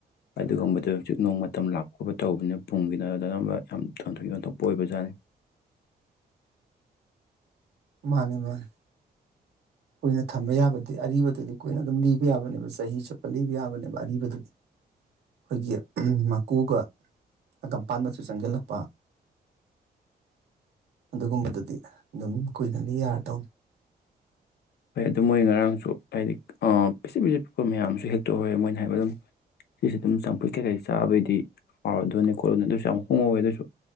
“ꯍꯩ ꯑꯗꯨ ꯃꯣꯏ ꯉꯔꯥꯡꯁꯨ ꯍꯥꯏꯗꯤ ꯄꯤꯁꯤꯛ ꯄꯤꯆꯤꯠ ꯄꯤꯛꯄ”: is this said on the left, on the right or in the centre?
Left